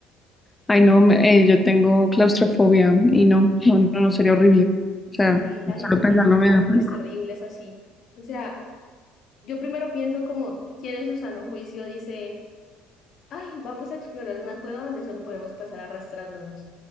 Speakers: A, on the left; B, on the left.
A: Ay, no, me- eh, yo tengo claustrofobia y no, no, no, no, sería horrible. O
B: Sí,
A: sea,
B: la gente
A: solo pensarlo
B: tiene unas
A: me
B: muertes
A: da pánico.
B: terribles así. O sea, yo primero pienso como, ¿quién en su sano juicio dice... ay, vamos a explorar una cueva donde solo podemos pasar arrastrándonos.